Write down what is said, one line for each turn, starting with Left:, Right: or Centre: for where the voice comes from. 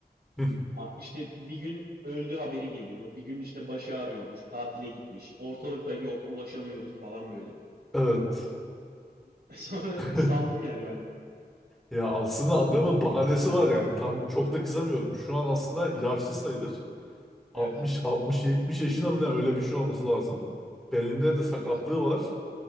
Centre: <laughs>
Right: A- İşte bir gün öldü haberi geliyor. Bir gün işte başı ağrıyormuş. Tatile gitmiş. Ortalıkta yok. Ulaşamıyoruz falan böyle.
Centre: Evet.
Right: <laughs> Sonra
Centre: <laughs>
Right: saldım yani ben de.
Centre: Ya aslında adamın bahanesi var yani. Tam çok da kızamıyorum. Şu an aslında yaşlı sayılır.
Right: Evet.
Centre: 60 60 70 yaşında mı ne öyle bir şey olması lazım. Belinde de sakatlığı
Right: Evet.
Centre: var.